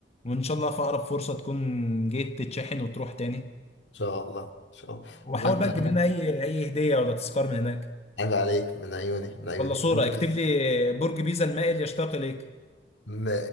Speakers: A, on the left; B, on the left.
A: وان شاء الله في اقرب فرصه تكون جيت تتشحن وتروح تاني
B: إن شاء الله إن شاء
A: وحاول
B: الله المهم
A: بقى تجيب لنا اي اي هديه ولا تذكار من هناك
B: عيب عليك من عيوني من عيوني
A: ولا صوره
B: قول لي
A: اكتب
B: بس
A: لي برج بيزا المائل يشتاق اليك
B: م...